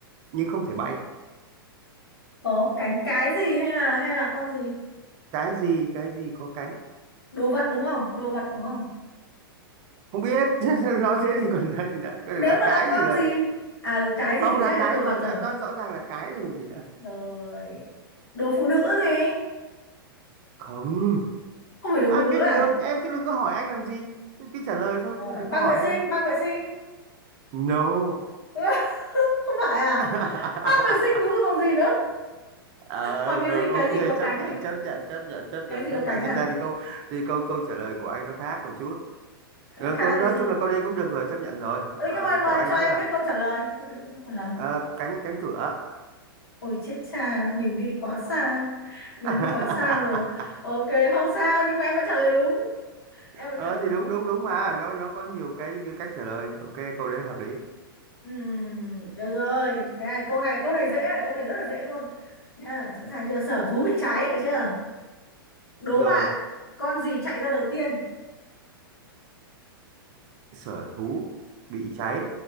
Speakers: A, on the right (about 40°); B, on the left (about 85°).
A: nhưng không thể bay
B: có cánh cái gì hay là hay là con gì
A: cái gì cái gì có cánh
B: đồ vật đúng không đồ vật đúng không
A: không biết <laughs> nói thế thì còn ra gì nữa cái
B: nếu
A: này là
B: mà
A: cái
B: là con
A: gì là
B: gì à ừ, cái
A: không
B: gì thì
A: đã
B: chắc
A: cái
B: là đồ
A: rồi
B: vật rồi
A: đã nói rõ ràng là cái rồi còn gì nữa
B: rồi đồ phụ nữ gì
A: không
B: không phải đồ
A: ai
B: phụ nữ
A: biết
B: à
A: được em cứ đừng có hỏi anh làm gì cứ trả lời thôi
B: rồi
A: chứ đừng
B: băng
A: có hỏi
B: vệ
A: anh
B: sinh băng vệ sinh
A: no
B: <laughs> không phải à
A: <laughs>
B: băng vệ sinh đúng rồi còn gì nữa
A: Ờ,
B: còn
A: rồi
B: cái gì
A: ok
B: cái gì có cánh
A: chấp nhận
B: nhỉ?
A: chấp nhận chấp nhận chấp nhận
B: cái gì
A: chấp
B: có
A: nhận
B: cánh à
A: thực ra thì câu thì câu câu trả lời của anh nó khác một chút
B: khá
A: Ờ,
B: khá
A: câu
B: là
A: nói
B: cái gì
A: chung là câu đây cũng được rồi chấp nhận rồi
B: ừ
A: Ờ,
B: nhưng mà mà
A: của anh
B: cho em
A: sẽ là
B: biết câu trả lời câu trả lời câu trả lời
A: ờ, cánh cánh cửa
B: Ôi chết cha, mình đi quá xa.
A: <laughs>
B: Mình đi quá xa rồi. Ok, không sao, nhưng mà em vẫn trả lời đúng. Em vẫn
A: Ờ
B: trả lời đúng.
A: thì đúng đúng đúng mà nó nó có nhiều cái, cái cách trả lời ok câu đấy hợp lý
B: Ừm, được rồi. Thế này, câu này, câu này dễ này, câu này rất là dễ luôn. Nha, sẵn sàng chưa? Sở thú bị cháy, được chưa? Đố
A: rồi
B: bạn, con gì chạy ra đầu tiên?
A: sở thú bị cháy